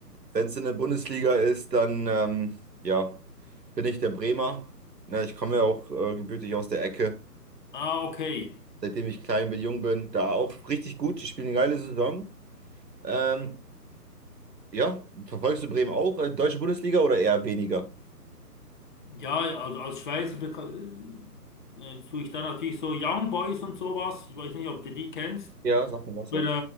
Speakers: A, on the right; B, on the left.
A: Wenn es in der Bundesliga ist, dann, ähm, ja, bin ich der Bremer. Na, ich komme ja auch äh, gebürtig aus der Ecke.
B: Ah, okay.
A: Seitdem ich klein bin, jung bin, da auch richtig gut. Die spielen eine geile Saison. Ähm, Ja, verfolgst du Bremen auch? äh, Deutsche Bundesliga oder eher weniger?
B: Ja, also als Schweizer beka- äh, äh, suche ich da natürlich so Young Boys und sowas. Ich weiß nicht, ob du die kennst.
A: Ja, sag mir was, ja.
B: Aber